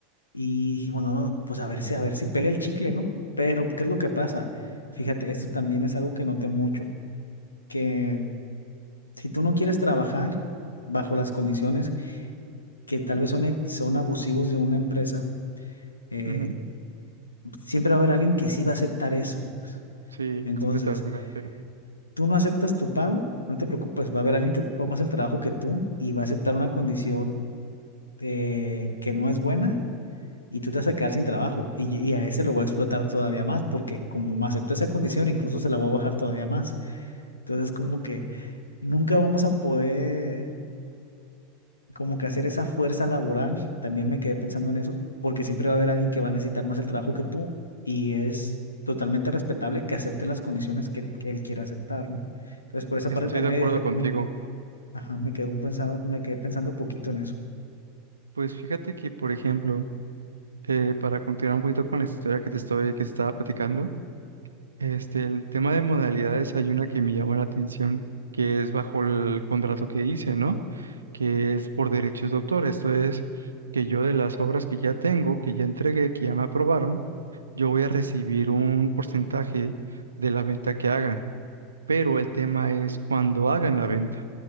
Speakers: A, on the left; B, on the right.
A: Y dije, bueno, no, pues a ver si, a ver si pega el chicle, ¿no? Pero, ¿qué es lo que pasa? Fíjate, esto también es algo que noté mucho, que si tú no quieres trabajar bajo las condiciones que tal vez son, e- son abusivos de una empresa, eh,
B: Ujú,
A: siempre va a haber alguien que sí va a aceptar eso. pues.
B: Sí,
A: Entonces,
B: completamente.
A: tú no aceptas tu pago, no te preocupes, va a haber alguien que ocupa más el trabajo que tú y va a aceptar una condición eh, que no es buena y tú te vas a quedar sin trabajo. Y, y a ese lo voy a explotar todavía más, porque como me aceptó esa condición, incluso se la voy a bajar todavía más. Entonces, como que nunca vamos a poder, como que hacer esa fuerza laboral, también me quedé pensando en eso, porque siempre va a haber alguien que va a necesitar más el trabajo que tú y es totalmente respetable que acepte las condiciones que, que él quiera aceptar, ¿no? Entonces, por esa
B: Estoy
A: parte también
B: de acuerdo
A: me, dejé-
B: contigo.
A: me, ajá, me quedé un pensado, me quedé pensando poquito en eso.
B: Pues fíjate que, por ejemplo, eh, para continuar un poquito con la historia que te estoy, que te estaba platicando, este, el tema de modalidades hay una que me llama la atención, que es bajo el contrato que hice, ¿no? Que es por derechos de autor. Esto es que yo de las obras que ya tengo, que ya entregué, que ya me aprobaron, yo voy a recibir un porcentaje de la venta que hagan. Pero el tema es cuando hagan la venta.